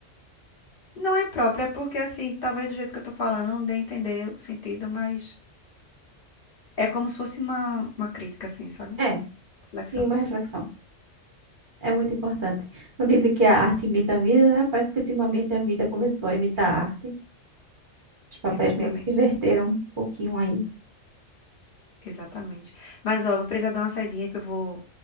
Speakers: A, on the left; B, on the right.
A: Não é impróprio, é porque assim, talvez do jeito que eu tô falando, não dê a entender o sentido, mas é como se fosse uma, uma crítica, assim, sabe?
B: É,
A: Reflexão.
B: sim, uma reflexão. É muito importante. Não dizem que a arte imita a vida, né? Parece que ultimamente a vida começou a imitar a arte. Os papéis
A: Exatamente,
B: meio que se inverteram
A: amiga.
B: um pouquinho aí.
A: Exatamente. Mas ó, vou precisar dar uma saidinha que eu vou